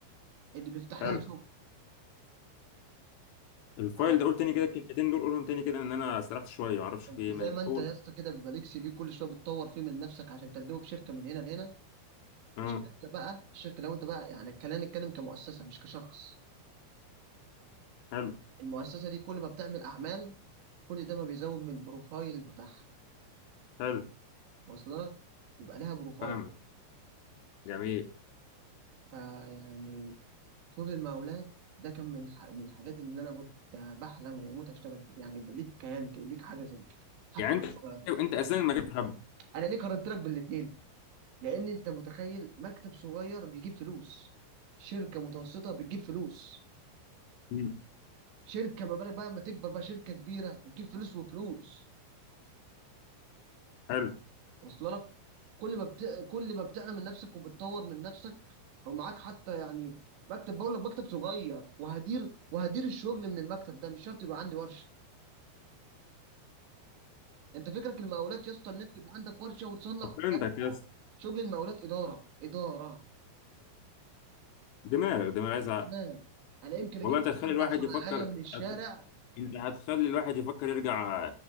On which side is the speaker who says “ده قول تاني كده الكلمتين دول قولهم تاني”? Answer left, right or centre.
Left